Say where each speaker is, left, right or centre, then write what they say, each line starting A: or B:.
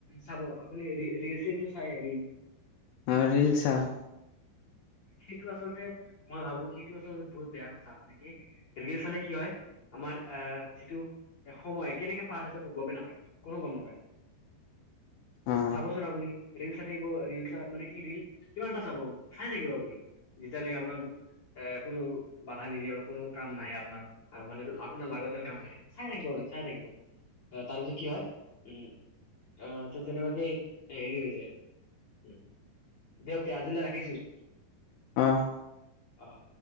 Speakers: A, on the left; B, on the left.
A: চাব আপুনিটো চাইল
B: আৰু ৰিল চাওঁ।
A: সেইটো আচলতে মই ভাবো সেইটো আচলতে বহুত বেয়া কথা মানে কি ৰিল চালে কি হয়। আমাৰ আহ যিটো এ সময় কেনেকে পাৰ হৈ য গমেই নাপায় কনে গম নাপায়।
B: অ
A: চাবচোন আপুনি ৰিল চাই থাকিব, ৰিলচ মানে কি ৰিল কিমান এটা চাব চাই থাকিব আপুনি যেতিয়ালৈকে আপোনাৰ এ কোনো বাধা নিদিয়োৰ কোনো কাম নাহে আপোনাৰ মানে, আপোনাৰ লাগতিৰ কাম নাহে চাই ৰাাকিব। চাই থাকিব আহ তাৰপিছত কি হয় উম। আহ ত তেনেকুৱাতে হেৰি হৈ যায় আৰু। দিয়ক দে আজিলৈ ৰাখিছো।
B: অঁ।
A: অঁ।